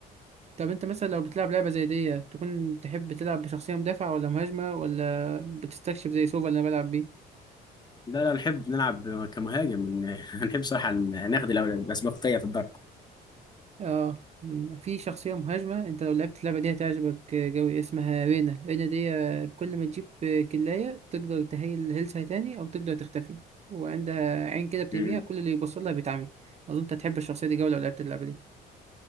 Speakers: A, on the right; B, on the left.
A: طب انت مثلا لو بتلعب لعبه زي دي تكون تحب تلعب بشخصيه مدافع ولا مهاجمه ولا بتستكشف زي سوفا اللي انا بلعب بيه
B: لا لا نحب نلعب كمهاجم <laughs> نحب صراحة ناخد الأول- الأسبقية في الضرب
A: اه م، في شخصية مهاجمة انت لو لعبت اللعبة دي هتعجبك جوي اسمها رينا رينا دي آه، كل ما تجيب آه، كلاية تقدر تهيل هيلثها تاني او تقدر تختفي وعندها عين كده بترميها
B: مم.
A: كل اللي يبص لها بيتعمي اظن انت هتحب الشخصية دي جوي لو لعبت اللعبة دي